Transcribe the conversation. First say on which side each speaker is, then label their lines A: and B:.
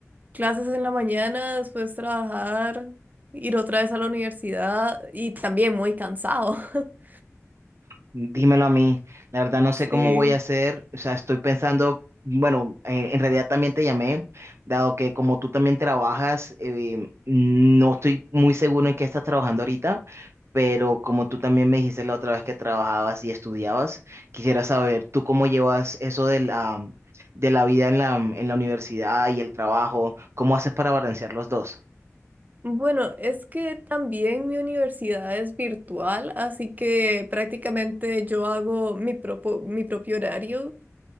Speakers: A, on the right (about 35°); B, on the right (about 55°).
A: clases en la mañana, después trabajar, ir otra vez a la universidad y también muy cansado. <laughs>
B: Dímelo a mí, la verdad no
A: Sí.
B: sé cómo voy a hacer, o sea, estoy pensando, bueno, eh, en realidad también te llamé, dado que como tú también trabajas, eh, no estoy muy seguro en qué estás trabajando ahorita, pero como tú también me dijiste la otra vez que trabajabas y estudiabas, quisiera saber tú cómo llevas eso de la, de la vida en la, en la universidad y el trabajo, cómo haces para balancear los dos.
A: Bueno, es que también mi universidad es virtual, así que prácticamente yo hago mi propo- mi propio horario.